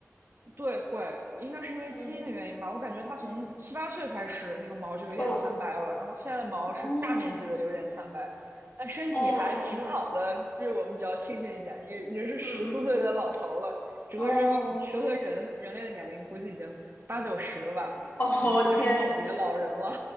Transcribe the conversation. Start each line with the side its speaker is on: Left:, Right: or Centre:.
Right: 对，会，我应该是因为基因的原因吧。
Left: 嗯
Right: 我感觉它从七八岁开始，
Left: 嗯，
Right: 那个毛就有点苍白了，
Left: 哦
Right: 然后现在的毛是大面积的有点苍白，
Left: 哦
Right: 但身体还挺好的，
Left: 哦哦哦，
Right: 这是我们比较庆幸一点。也也是十四岁的老头儿了，
Left: 嗯嗯
Right: 整个人民，
Left: 哦
Right: 整个人人类的年龄估计已经八九十了吧，
Left: 哦天。
Right: 已经快是耄耋老人了。